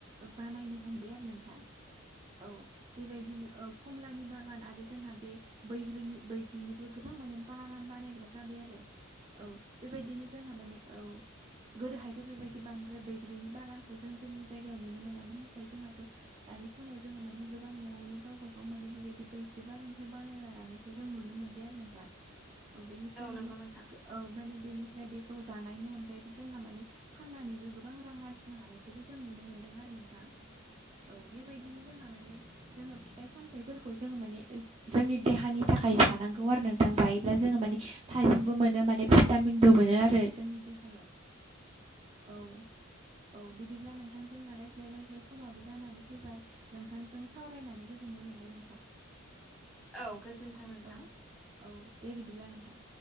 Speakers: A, on the right; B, in the centre.
A: बानायनो हमबाय आरो नोंथां औ बेबायदिनो औ खमलानि बागान आरो जोंहा बे बैग्रिनि बैग्रिनिबो गोबां माने बागान बानायग्रा जाबाय आरो औ बेबायदिनो जोंहा माने औ गोदोहायथ' बेबायदि बांद्राय बैग्रिनि बागानखौ जों जोंनि जायगायाव नुनो मोनामोन नाथाय जोंहाथ' दानि समाव जोंङो माने गोबां न'आवनो गावबा गाव माने बेबायदि बैग्रि बागानफोर बानाय लाना खौ जों नुनो मोनबाय आरो नोंथां औ बेनिफ्राय माने
B: नंगौ नोंथां
A: औ माने बेनिफ्राय बेखौ जानायनि अनगायैबो जोंहा माने फाननानैबो गोबां रां आरजिनो हानायखौबो जों नुनो मोन्दों आरो नोंथां औ बेबायदिनो जोंहा माने जोंङो फिथाइ सामथाइफोरखौ जोंङो माने जोंनि देहानि थाखाय जानांगौ आरो नोंथां जायोब्ला जोंङो माने थाइाजिमबो मोनो माने भिटामिनबो मोनो आरो जोंनि देहायाव औ औ बिदिब्ला नोंथांजोंना रायज्लाय रायज्लाय समाबो जानानै फैबाय नोंथांजों सावरायनानै गोजोन्नाय मोनबाय नोंथां
B: औ गोजोन्थों नोंथां
A: औ औ दे बिदिब्ला नोंथां